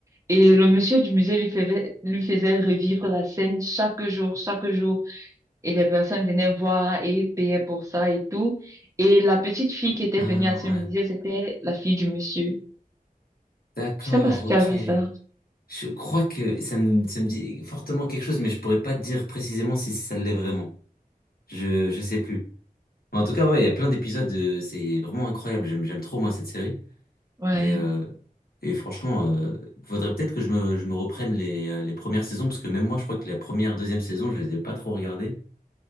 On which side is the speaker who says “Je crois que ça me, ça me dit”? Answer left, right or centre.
Left